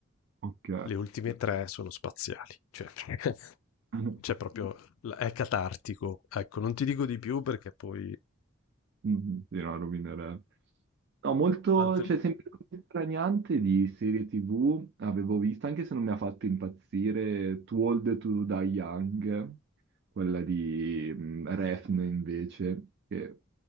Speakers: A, on the right; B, on the left.
A: ok.
B: Le ultime tre sono spaziali, cioè <laughs>
A: <laughs>
B: c'è proprio, è catartico. Ecco, non ti dico di più perché poi
A: Mhm, Sì, no, rovinerebbe. No, molto,
B: Altri
A: cioè sempre così straniante di serie TV avevo visto, anche se non mi ha fatto impazzire, Too Old to Die Young, quella di mh, Refn invece, che